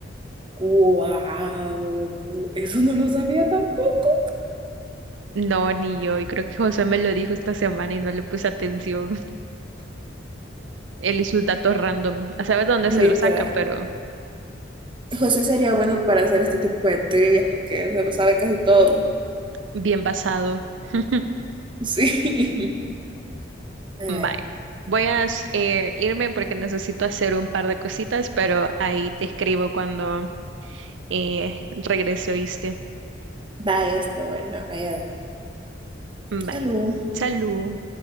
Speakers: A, on the right; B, on the right.
A: ¡Guau! Eso no lo sabía tampoco.
B: No, ni yo, y creo que José me lo dijo esta semana y no le puse atención. <laughs> Él y sus datos random. A saber dónde
A: Literal.
B: se lo saca, pero
A: José sería bueno para hacer este tipo de trivias porque él se lo sabe casi todo.
B: bien basado. <laughs>
A: Sí. <laughs> Ay,
B: Bye. Voy a eh, irme porque necesito hacer un par de cositas, pero ahí te escribo cuando eh, regrese, ¿oíste?
A: va esto, bueno. ahí va.
B: Bye.
A: Salud.
B: Salud.